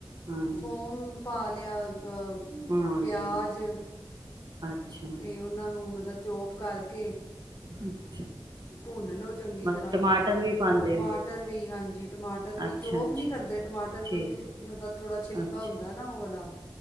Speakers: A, on the right; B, on the left.
A: ਹਾਂ
B: ਥੋਮ ਪਾ ਲਿਆ ਅਹ
A: ਹਾਂਜੀ
B: ਪਿਆਜ
A: ਅੱਛਾ
B: ਤੇ ਉਹਨਾਂ ਨੂੰ ਮਤਲਬ ਜੋਬ ਕਰਕੇ
A: <unintelligible>
B: ਭੁੰਨ ਲੋਓ ਚੰਗੀ
A: ਮਤਲਬ
B: ਤਰ੍ਹਾਂ,
A: ਟਮਾਟਰ ਵੀ ਪਾਉਂਦੇ
B: ਟਮਾਟਰ
A: ਹੋ
B: ਵੀ ਹਾਂਜੀ ਟਮਾਟਰ ਵੀ
A: ਅੱਛਾ
B: ਚੋਪ
A: ਅੱਛਾ
B: ਨੀ ਕਰਦੇ ਟਮਾਟਰ
A: ਠੀਕ
B: ਕਿਉਂਕਿ ਜ ਥੋੜਾ ਛਿਲਕਾ
A: ਅੱਛਾ
B: ਹੁੰਦਾ ਨਾ ਉਹ ਵਾਲਾ